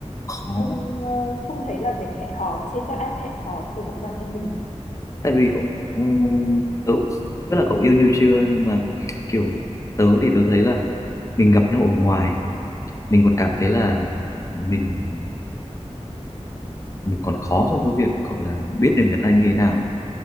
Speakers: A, on the left; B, on the left.
A: khó
B: không
A: lắm.
B: ờ, không thấy là việc hẹn hò trên các app hẹn hò phù hợp với bản thân mình
A: tại vì cậu ừ, tớ cũng không biết là cậu yêu nhau chưa nhưng mà kiểu tớ thì tớ thấy là mình gặp nhau ở ngoài mình còn cảm thấy là mình mình còn khó trong cái việc gọi là biết được người ta như thế nào